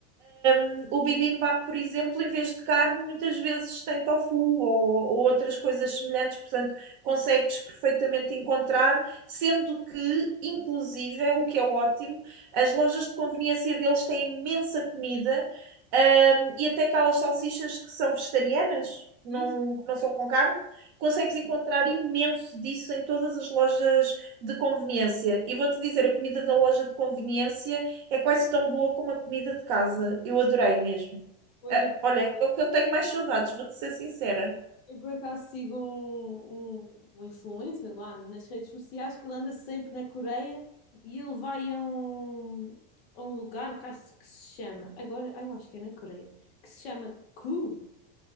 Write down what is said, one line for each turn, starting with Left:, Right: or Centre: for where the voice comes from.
Right: Hum, o bibimbap, por exemplo, em vez de carne, muitas vezes tem tofu ou, ou outras coisas semelhantes, portanto, consegues perfeitamente encontrar, sendo que, inclusive, é o que é ótimo, as lojas de conveniência deles têm imensa comida, hum, e até aquelas salsichas que são vegetarianas,
Left: sim.
Right: não, que não são com carne, consegues encontrar imenso disso em todas as lojas de conveniência. E vou-te dizer, a comida da loja de conveniência é quase tão boa como a comida de casa. Eu adorei mesmo.
Left: Pois
Right: Ah,
Left: eu
Right: Olha, é o que eu tenho mais saudades, vou-te ser sincera.
Left: Eu por acaso sigo um, um, um influencer lá nas redes sociais que ele anda sempre na Coreia e ele vai a um, a um lugar que acho que se chama, agora ah, eu acho que é na Coreia, que se chama Ku.